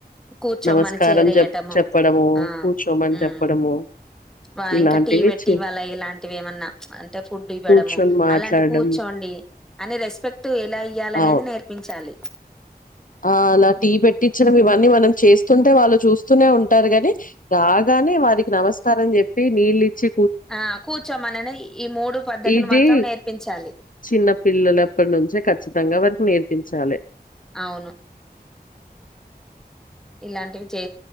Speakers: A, in the centre; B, on the left.
A: కూర్చొమని
B: నమస్కారం
A: చైర్ ఎయ్యటము
B: చెప్ చెప్పడము
A: ఆ
B: కూర్చోమని
A: ఉమ్మ్
B: చెప్పడము
A: వ
B: ఇలాంటివి
A: ఇంకా టీ పెట్టి
B: చే
A: ఇవ్వలా ఇలాంటివి ఏమన్నా అంటే ఫుడ్ ఇవ్వడము
B: కూర్చొని మాట్లాడడం
A: అలాంటి కూర్చోండి అని రెస్పెక్ట్ ఎలా ఇయ్యాలనేది
B: అవును
A: నేర్పించాలి
B: ఆ అలా టీ పెట్టిచడం ఇవన్నీ మనం చేస్తుంటే వాళ్ళు చూస్తూనే ఉంటారు గాని రాగానే వారికి నమస్కారం చెప్పి నీళ్లిచ్చి
A: ఆ కూర్చోమనని ఈ మూడు పద్ధతులు
B: ఇది
A: మాత్రం నేర్పించాలి
B: చిన్న పిల్లలప్పటి నుంచే ఖచ్చితంగా వారికి నేర్పించాలి
A: అవును ఇలాంటివి చే